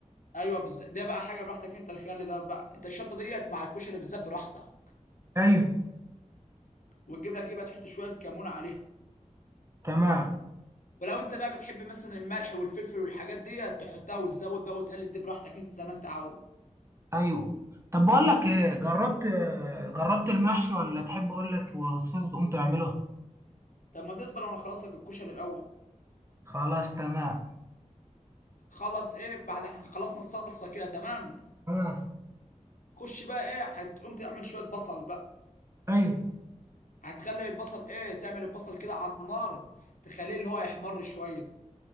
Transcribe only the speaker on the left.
ايوه بالظبط ده بقى حاجه براحتك انت الخل ده بقى انت الشطه ديت مع الكشري بالذات براحتك
وتجيب لك ايه بقى تحط شويه كمون عليها
ولو انت بقى بتحب مثلا الملح والفلفل والحاجات ديت تحطها وتزود بقى وتقلل دي براحتك انت زي ما انت عاوز
طب ما تصبر وانا اخلص لك الكشري الاول
خلص ايه بعد خلصنا الصلصه كده تمام
خش بقى ايه هتقوم تعمل شويه بصل بقى
هتخلي البصل ايه تعمل البصل كده على النار تخليه اللي هو يحمر شويه